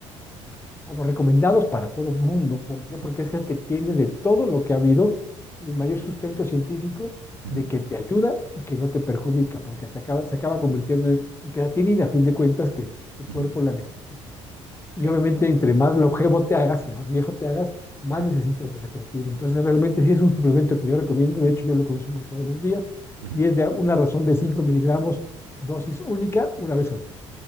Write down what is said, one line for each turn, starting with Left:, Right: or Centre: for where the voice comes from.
Left: como recomendados para todo el mundo. ¿Por qué?
Right: Ajá.
Left: Porque es el que tiene de todo lo que ha habido el mayor sustento científico
Right: ujú,
Left: de que te ayuda y que no te perjudica, porque te acaba, se acaba convirtiendo en, en creatinina, a fin de cuentas, que tu
Right: ujú,
Left: cuerpo la necesita.
Right: Ok.
Left: Y obviamente, entre más longevo te hagas y más viejo te hagas, más
Right: Ajá.
Left: necesitas de la creatina. Entonces, realmente sí es un suplemento que yo recomiendo, de hecho yo lo consumo todos los días,
Right: ujú,
Left: y es de una razón de 5 miligramos, dosis única, una
Right: ajá,
Left: vez al día.